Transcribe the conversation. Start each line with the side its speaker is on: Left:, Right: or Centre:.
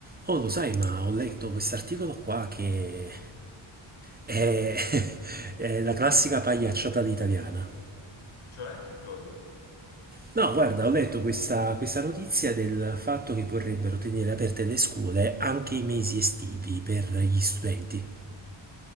Right: Oh, lo sai, ma ho letto quest'articolo qua che è, <laughs> è la classica pagliacciata italiana.
Left: Cioè, che cosa?
Right: No, guarda, ho letto questa, questa notizia del fatto che vorrebbero tenere aperte le scuole anche i mesi estivi per gli studenti.